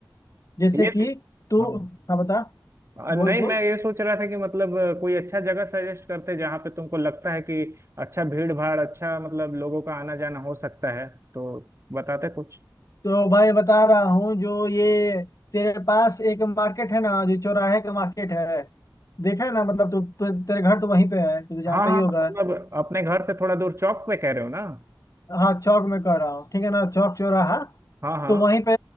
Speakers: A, on the left (about 45°); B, on the right (about 35°).
A: जैसे
B: ये
A: कि तू
B: हाँ
A: हाँ बता
B: अ,
A: बोल
B: नहीं
A: बोल
B: मैं ये सोच रहा था कि मतलब अ, कोई अच्छा जगह सजेस्ट करते जहाँ पे तुमको लगता है कि अच्छा भीड़ भाड़ अच्छा मतलब लोगों का आना जाना हो सकता है तो बताते कुछ
A: तो भाई बता रहा हूँ जो ये तेरे पास एक मार्केट है ना जो चौराहे का मार्केट है देखा है ना मतलब तू तु, तेरे घर तो वहीं पे है तू तो जानता
B: हाँ हाँ
A: ही होगा
B: मतलब अपने घर से थोड़ा दूर चौक पे कह रहे हो ना
A: हाँ चौक में कह रहा हूँ ठीक है ना चौक चौराहा
B: हाँ हाँ
A: तो वहीं पे